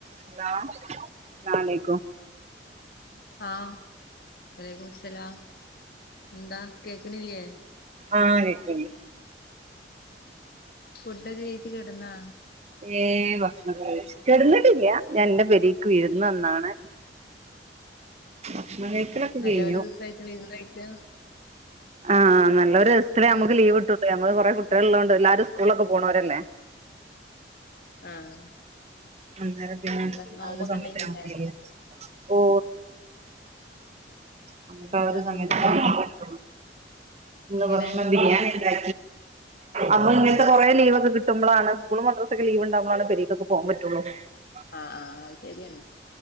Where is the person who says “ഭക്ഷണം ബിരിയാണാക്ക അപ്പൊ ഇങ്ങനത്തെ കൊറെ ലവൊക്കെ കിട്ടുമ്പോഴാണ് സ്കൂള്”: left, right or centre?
Right